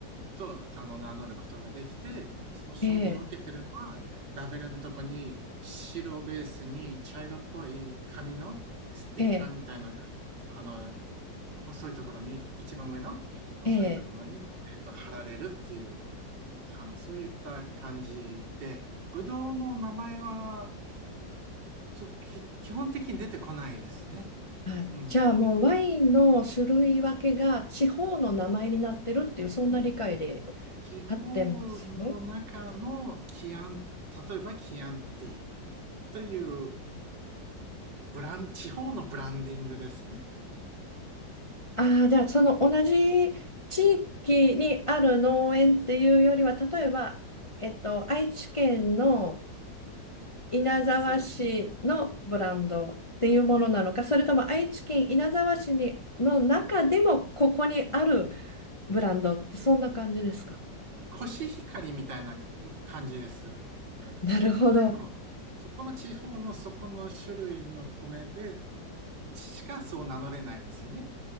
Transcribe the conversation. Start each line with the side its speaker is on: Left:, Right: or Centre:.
Right: とあの名乗ることができて、その承認を受けてるのは、
Left: ええ、
Right: ラベルのとこに白ベースに茶色っぽい紙のステッカーみたいな、
Left: ええ、
Right: あの、細いところに、一番上の細いところに、
Left: ええ。
Right: えっと、貼られるっていう、あの、そういった感じで、ブドウの名前は、ちょ基本的に出てこないですね。
Left: はいじゃあもうワインの種類分けが地方の名前になってるっていうそんな理解で
Right: うん。地方の中のキアン、
Left: 合ってます
Right: 例えばキアンティというブラン、地方のブランディングですね。
Left: ああー、じゃあその同じ地域にある農園っていうよりは例えば、えっと、愛知県の稲沢市のブランドっていうものなのかそれとも愛知県稲沢市にの中でもここにある
Right: そうですね。
Left: ブランドってそんな感じですか
Right: コシヒカリみたいな感じです。
Left: なるほど。
Right: そこでの、そこの地方のそこの種類の米で、しかそう名乗れないですよね。